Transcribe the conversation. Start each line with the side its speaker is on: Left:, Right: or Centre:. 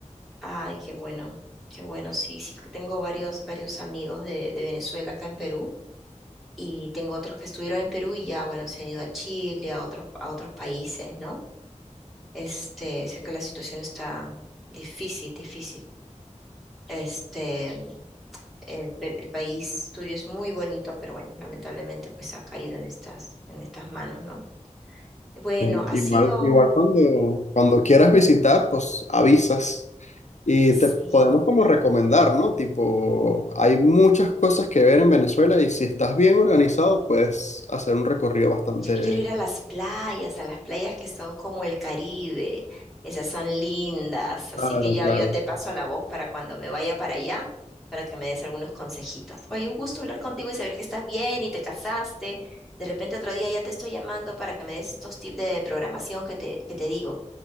Centre: Ay, qué bueno, qué bueno. Sí, sí, que tengo varios, varios amigos de, de Venezuela acá en Perú. y tengo otros que estuvieron en Perú y ya, bueno, se han ido a Chile, a otros, a otros países, ¿no? Este, sé que la situación está difícil, difícil. Este, el, pe- el país tuyo es muy bonito, pero bueno, lamentablemente pues ha caído en estas, en estas manos, ¿no? Bueno,
Left: Sí,
Centre: ha
Left: Igual,
Centre: sido,
Left: igual cuando, cuando quieras visitar, pues avisas y
Centre: sí,
Left: te podemos como recomendar, ¿no? Tipo, hay muchas cosas que ver en Venezuela y si estás bien organizado, puedes hacer un recorrido bastante
Centre: Yo quiero ir a las playas, a las playas que son como el Caribe. Esas son lindas. Así
Left: Claro,
Centre: que ya
Left: claro.
Centre: yo te paso la voz para cuando me vaya para allá, para que me des algunos consejitos. Oye, un gusto hablar contigo y saber que estás bien y te casaste. De repente otro día ya te estoy llamando para que me des estos tips de programación que te, que te digo,